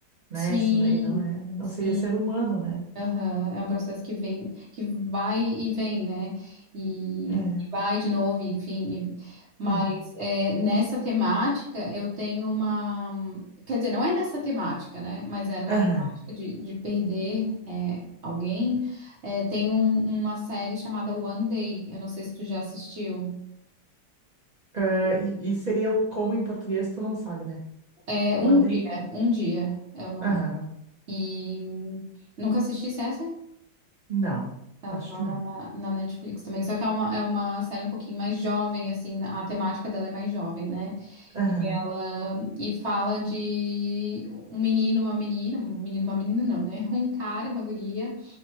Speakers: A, on the right; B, on the right.
A: né?
B: Sim,
A: Isso daí não é, não
B: sim.
A: seria ser humano, né?
B: Aham, É um processo que vem, que vai e vem, né? E,
A: É,
B: e vai de novo, enfim. Mas
A: é.
B: é, nessa temática eu tenho uma. Quer dizer, não é nessa temática, né? Mas é numa
A: Aham.
B: temática de, de perder é, alguém. É, tem um- uma série chamada One Day. Eu não sei se tu já assistiu.
A: Ah, e, e seria o como em português, tu não sabe, né?
B: É é Um
A: One day.
B: Dia, Um Dia é o nome.
A: Aham.
B: E hum, nunca assisti essa? é
A: Não.
B: Ela
A: Acho
B: torna
A: que não.
B: na, na Netflix também. Só que é uma, é uma série um pouquinho mais jovem, assim, a temática dela é mais jovem, né?
A: Aham.
B: E ela e fala de um menino, uma menina, um menino, uma menina não, né? <laughs> Um cara, e uma guria,